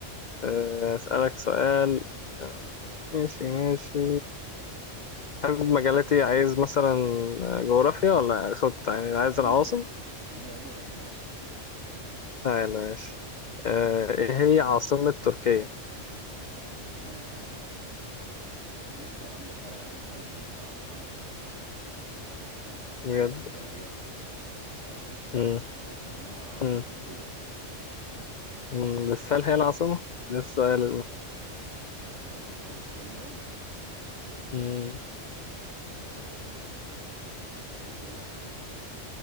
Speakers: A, on the left; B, on the right.
A: آه، اسالك سؤال آه، ماشي ماشي حابب مجالاتي عايز مثلا جغرافيا ولا اقصد يعني
B: أ-
A: عايز
B: أي
A: العواصم
B: حاجة اللي يعجبك أي حاجة أي حاجة
A: تعالى ماشي
B: خليها.
A: آه، ايه هي عاصمة تركيا
B: يا ال... لسه انا بتفرج على المسلسل بتاع محمد الفاتح فتح القسطنطينية
A: بجد
B: تمام
A: مم،
B: وس... وسماها
A: مم،
B: اسطنبول
A: مم، بس هل هي العاصمة ده السؤال
B: هل هي العاصمة ده السؤال المهم
A: المهم
B: <laughs> آه... تركيا